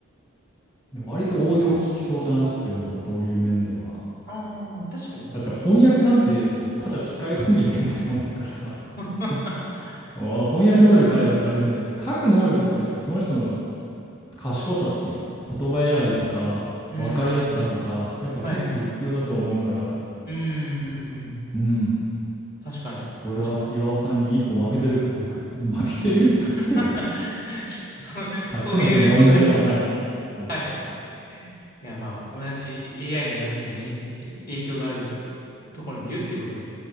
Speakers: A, on the left; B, on the left.
A: 割と応用利きそうかなって思う、そういう面では。
B: ああ、確かに。
A: だって翻訳なんて、そう、ただ機械翻訳みたいなもんだからさ。
B: <laughs>
A: <laughs> あ翻訳能力あれば誰でもできる。書く能力ってやっぱその人の賢さっていうの。言葉選びとか、
B: うん。
A: 分かりやすさとか、やっぱ結構必要だと思うから、
B: はいはい。うん、うん、うん。
A: うん。
B: 確かに。
A: 俺は岩尾さんに一歩負けてるか僕。
B: 確かに。
A: 負けてる勝ってる
B: <laughs> そ、
A: <laughs> 勝ち負けの問題ではない。
B: そういう問題
A: そうそうそう。
B: はい。いや、まあ、同じ AI の波にね、え影響があるところにいるっていうことで。